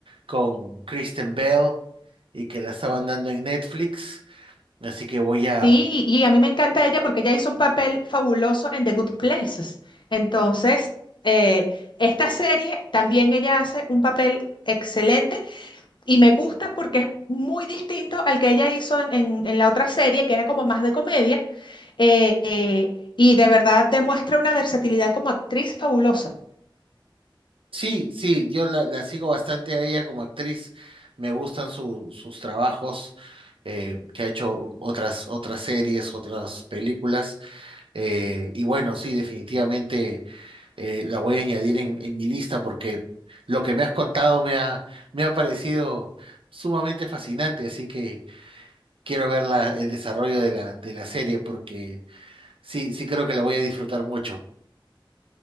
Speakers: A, on the right; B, on the left.
A: con Kristen Bell y que la estaban dando en Netflix. Así que voy a...
B: Sí, y a mí me encanta ella porque ella hizo un papel fabuloso en The Good Places. Entonces, eh, esta serie también ella hace un papel excelente y me gusta porque es muy distinto al que ella hizo en, en- en la otra serie, que era como más de comedia, eh, eh, y de verdad demuestra una versatilidad como actriz fabulosa.
A: Sí, sí, yo la, la sigo bastante a ella como actriz. Me gustan su- sus trabajos, eh, que ha hecho otras, otras series, otras películas. eh, y bueno, sí, definitivamente eh, la voy a añadir en, en mi lista porque lo que me has contado me ha, me ha parecido sumamente fascinante. Así que quiero ver la- el desarrollo de la, de la serie porque sí, sí creo que la voy a disfrutar mucho.